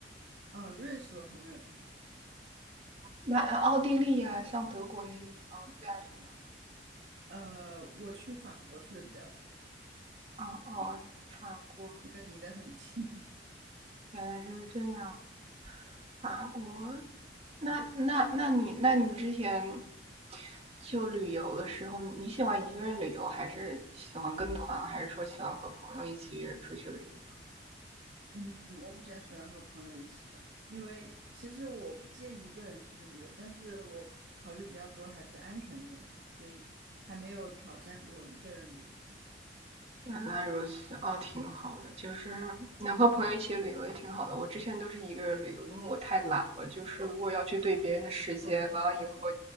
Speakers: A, on the right; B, on the right.
A: 啊，瑞士我还没有去过，
B: 那呃奥地利呀、像德国那些地方，意大利呢？
A: 呃，我去法国去的比较多，
B: 哦哦，法国
A: 因为离得很近。
B: 原来是这样。法国。那那那你那你之前就旅游的时候，你喜欢一个人旅游，还是喜欢跟团，还是说喜欢和朋友一起约出去旅游？
A: 嗯，我比较喜欢和朋友一起吧，因为其实我不介意一个人出去旅游，但是我考虑比较多还是安全的问题，所以还没有挑战过一个人旅游。
B: 原来如此，哦，挺好的，就是能和朋友一起旅游也挺好的。我之前都是一个人旅游，因为我太懒了，就是如果要去对别人的时间，
A: 哦，
B: 完了以后，
A: 天，